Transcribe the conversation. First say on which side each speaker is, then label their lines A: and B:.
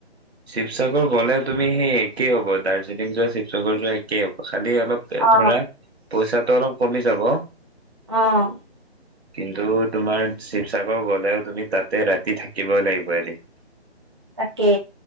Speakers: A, on the right (about 70°); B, on the right (about 25°).
A: শিৱসাগৰ গ'লে তুমি সেই একেই হ'ব দাৰ্জিলিং যোৱা শিৱসাগৰ যোৱা একেই হ'ব। খালি অলপ
B: অ
A: ধৰা পইচাত টো অলপ কমি যাব।
B: আহ
A: কিন্তু তোমাৰ শিৱসাগৰ গলেও তুমি তাতে ৰাতি থাকিবই লাগিব এদিন।
B: তাকে